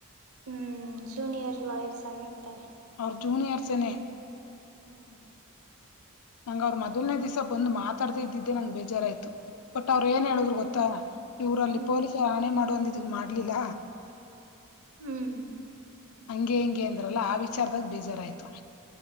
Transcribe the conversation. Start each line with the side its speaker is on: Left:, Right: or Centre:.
Right: ಹ್ಮ್ ಜೂನಿಯರ್ ಲಾಯರ್ಸ್ ಆಗಿರ್ತಾರೆ.
Left: ಅವ್ರ್ ಜೂನಿಯರ್ಸನೆೇ.
Right: ಹ್ಮ್
Left: ನಂಗ ಅವ್ರು ಮೊದಲನೇ ದಿವಸ ಬಂದ್ ಮಾತಾಡ್ದೆ ಇದ್ದಿದ್ದೆ ನಂಗ್ ಬೇಜಾರಾಯ್ತು. ಬಟ್ ಅವ್ರ್ ಏನ್ ಹೇಳುದ್ರು ಗೊತ್ತಾ ಇವ್ರು ಅಲ್ಲಿ
Right: ಹ್ಮ್
Left: ಪೊಲೀಸರು ಆಣೆ ಮಾಡು ಅಂದಿದ್ದಿಕ್ಕ್ ಮಾಡ್ಲಿಲ್ಲ.
Right: ಹ್ಮ್
Left: ಹಂಗೆ ಹಿಂಗೆ ಅಂದ್ರಲ್ಲ ಆ ವಿಚಾರದಾಗ ಬೇಜಾರಾಯ್ತು.